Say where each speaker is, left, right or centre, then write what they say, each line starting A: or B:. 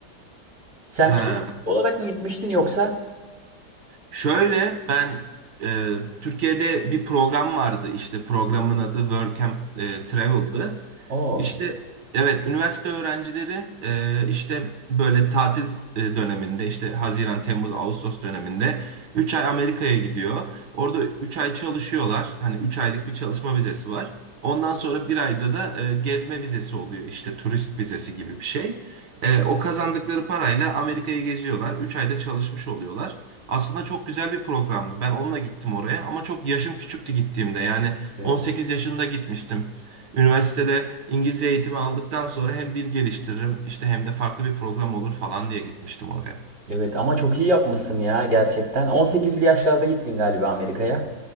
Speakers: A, on the right; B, on the right.
A: sen
B: He.
A: turist olarak mı gitmiştin yoksa?
B: Şöyle ben e, Türkiye'de bir program vardı işte programın adı Work and e, Travel'dı.
A: Oo,
B: İşte evet üniversite öğrencileri e, işte böyle tatil e, döneminde işte Haziran, Temmuz, Ağustos döneminde 3 ay Amerika'ya gidiyor. Orada 3 ay çalışıyorlar. Hani üç aylık bir çalışma vizesi var. Ondan sonra bir ayda da e, gezme vizesi oluyor işte turist vizesi gibi bir şey. E, o kazandıkları parayla Amerika'yı geziyorlar. 3 ayda çalışmış oluyorlar. Aslında çok güzel bir programdı. Ben onunla gittim oraya ama çok yaşım küçüktü gittiğimde. Yani
A: Evet.
B: 18 yaşında gitmiştim. Üniversitede İngilizce eğitimi aldıktan sonra hem dil geliştiririm işte hem de farklı bir program olur falan diye gitmiştim oraya.
A: Evet ama çok iyi yapmışsın ya gerçekten. 18'li yaşlarda gittin galiba Amerika'ya.